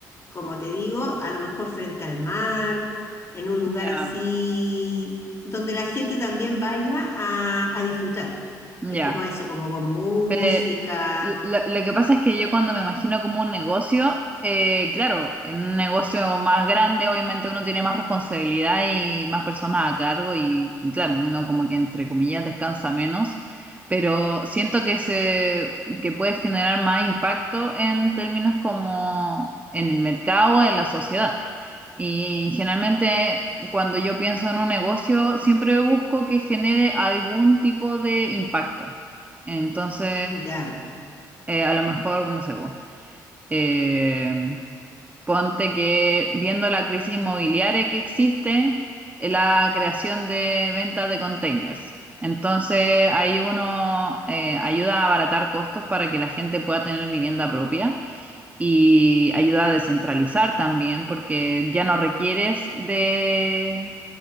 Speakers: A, on the left (about 35°); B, on the right (about 15°).
A: como te digo, a lo mejor frente al mar, en un lugar
B: Ya,
A: así donde la gente también vaya a, a disfrutar. Es
B: ya.
A: como eso, como con música.
B: Pe- lo, lo que pasa es que yo cuando me imagino como un negocio, eh, claro, en un negocio más grande obviamente uno tiene más responsabilidad y más personas a cargo y claro, uno como que entre comillas descansa menos, pero siento que se que puede generar más impacto en términos como en el mercado, en la sociedad. Y generalmente cuando yo pienso en un negocio, siempre busco que genere algún tipo de impacto. Entonces,
A: Ya.
B: eh, a lo mejor, no sé, po, eh, ponte que viendo la crisis inmobiliaria que existe, eh, la creación de ventas de containers. Entonces, ahí uno eh, ayuda a abaratar costos para que la gente pueda tener vivienda propia y ayuda a descentralizar también, porque ya no requieres de,